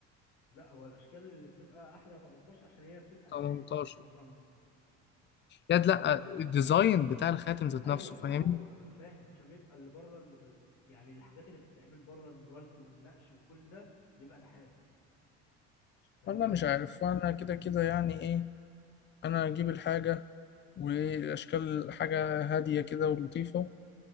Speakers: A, on the left; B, on the left.
A: لا هو الاشكال اللي بتبقى احلى 18 عشان هي بتبقى نحاس
B: 18
A: معظمها
B: يد
A: معظمها
B: لا
A: نحاس
B: الديزاين بتاع الخاتم ذات
A: ايوه
B: نفسه
A: ما
B: فاهمني
A: هو ما انا فاهم عشان بيبقى اللي بره اللي ب... يعني الحاجات اللي بتتعمل بره الورد والنقش وكل ده بيبقى نحاس فاهمني
B: والله مش عارف وانا كده كده يعني ايه انا اجيب الحاجه والاشكال حاجه هاديه كده ولطيفه